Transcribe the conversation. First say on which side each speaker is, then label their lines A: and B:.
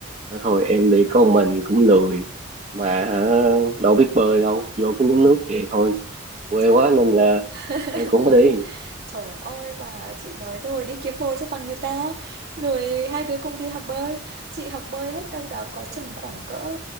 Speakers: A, on the right; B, on the right.
A: nói thôi em đi con mình cũng lười mà hả đâu biết bơi đâu, vô cái nhúng nước vậy thôi. Quê
B: chào
A: quá nên là
B: <laughs>
A: em cũng phải đi.
B: Trời ơi mà chị nói rồi đi kiếm bồ cho bằng người ta Rồi hai đứa cùng đi học bơi Chị học bơi hết đâu đó có chừng khoảng cỡ